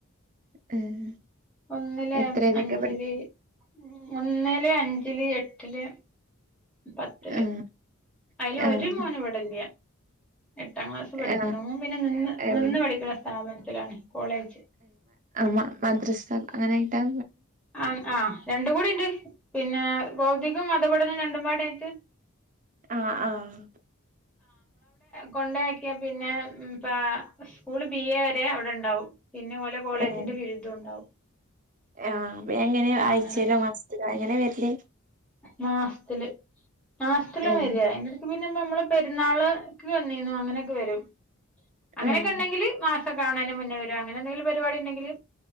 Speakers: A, on the right; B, in the centre.
A: <unintelligible>
B: ഒന്നിലേം
A: എത്രയിലൊക്കെ
B: അഞ്ചില്
A: പഠിക്ക
B: ഒന്ന്ല്, അന്ജ്ല്, എട്ട്ല്, പത്ത്ല്.
A: ആഹ്
B: ഐല് ഒര്
A: ആഹ്
B: മോന് ഇവിടെ ല്യ എട്ടാം ക്ലാസ്സ് പഠിക്ക്ണോം.
A: ആഹ്
B: ഓം പിന്നെ ന് ന്ന്
A: എവിടെ
B: ന് ന്ന് പഠിക്കണ സ്ഥാപനത്തിലാണ്. കോളേജ്
A: മ മ മദ്രസ അങ്ങനായ്ട്ടാ
B: ആഹ് ആഹ് രണ്ടും കൂടിണ്ട് പിന്നെ ഭൗതികം മതപഠനം രണ്ടുമ്പാടൈറ്റ്.
A: ആഹ് ആഹ്
B: കൊണ്ടാക്ക്യാ പിന്നെ മ് പാ സ്കൂള് ബി എ വരെ അവടെണ്ടാവും. പിന്നെ ഓലെ കോളേജിന്റെ
A: ഏഹ്
B: ബിര്ദ്ധ്ഓണ്ടാവും
A: ആഹ് അപ്പ എങ്ങനെ ആയ്ചേലോ
B: അങ്ങനെ
A: മസത്തിലോ എങ്ങനെ വെര്ല്.
B: മാസ്ത്തില് മാസ്ത്തിലാ
A: ഏഹ്
B: വെരാ ഐന്റെട്ക്ക് <unintelligible> പെർന്നാള്ക്ക് വന്നീര്ന്നു. അങ്ങനെക്കെ വെരും. അങ്ങനെക്കെണ്ടെങ്കില്
A: ആഹ്
B: മാസ കാണാനും മുന്നേ വെരും അങ്ങനെന്തെങ്കിലും പരിപാടി ണ്ടെങ്കില്